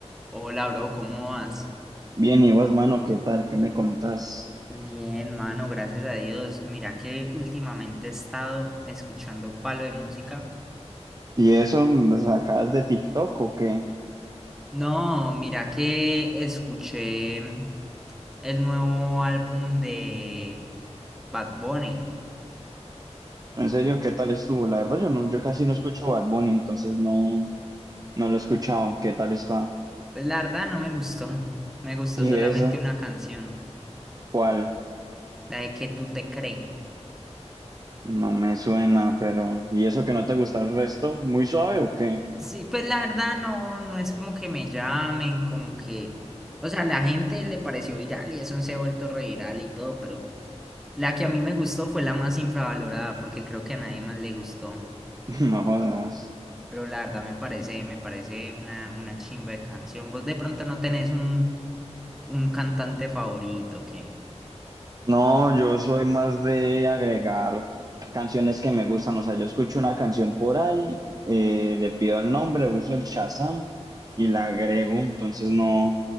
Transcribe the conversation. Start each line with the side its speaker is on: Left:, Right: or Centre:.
Centre: Hola, bro, ¿cómo vas?
Right: Bien, y vos, mano, ¿qué tal? ¿Qué me contás?
Centre: Bien, mano, gracias a Dios. Mira que últimamente he estado escuchando palo de música.
Right: ¿Y eso lo sacás de TikTok o qué?
Centre: No, mira que escuché mm, el nuevo álbum de Bad Bunny.
Right: En serio, ¿qué tal estuvo? La verdad, yo no, yo casi no escucho Bad Bunny, entonces no, no lo he escuchado. ¿Qué tal está?
Centre: Pues la verdad no me gustó. <laughs> Me gustó
Right: ¿Y
Centre: solamente
Right: eso?
Centre: una canción,
Right: ¿Cuál?
Centre: la de que tú te crees.
Right: No me suena, pero. ¿Y eso que no te gusta el resto? ¿Muy suave o qué?
Centre: Sí, pues la verdad no, no es como que me llamen, como que... O sea, la gente le pareció viral y eso se ha vuelto reviral y todo, pero... La que a mí me gustó fue la más infravalorada, porque creo que a nadie más le gustó.
Right: <laughs> No jodas.
Centre: Pero la verdad me parece, me parece una, una chimba de canción. Vos de pronto no tenés un, un cantante favorito, qué
Right: No, yo soy más de agregar canciones que me gustan. O sea, yo escucho una canción por ahí, eh, le pido el nombre, uso el Shazam y la agrego. Entonces no,